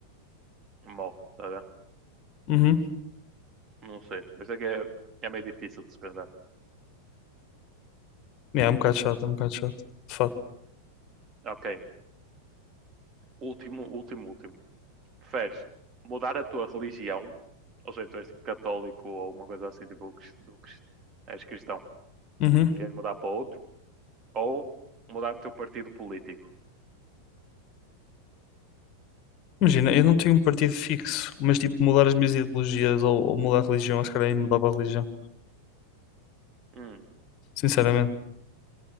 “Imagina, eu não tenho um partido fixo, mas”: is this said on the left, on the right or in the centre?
Left